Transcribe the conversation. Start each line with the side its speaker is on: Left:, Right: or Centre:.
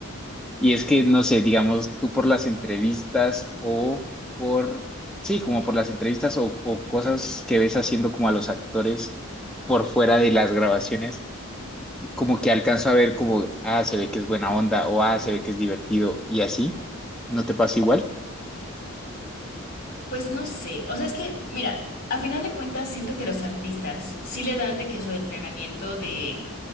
Centre: y es que, no sé, digamos, tú por las entrevistas o por, sí, como por las entrevistas o, o cosas que ves haciendo como a los actores por fuera de las grabaciones, como que alcanzo a ver como, ah, se ve que es buena onda o ah, se ve que es divertido y así, ¿no te pasa igual?
Left: Pues no sé. O sea, es que, mira, a final de cuentas siento que los artistas sí le dan de que su entrenamiento de